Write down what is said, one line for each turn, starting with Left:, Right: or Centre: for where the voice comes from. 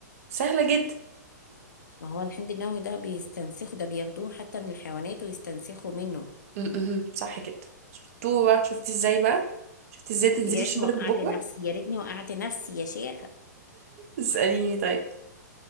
Right: سهله جدا
Left: ما هو الحمض النووي ده بيستنسخه ده بياخدوه حتى من الحيوانات ويستنسخوا منه
Right: م- م- صح كده شطوره شفتي ازاي بقى شفتي ازاي تنزلي
Left: يا
Right: الشغل
Left: ريتني وقعت
Right: من بكره
Left: نفسي يا ريتني وقعت نفسي يا شيخة
Right: اسأليني طيب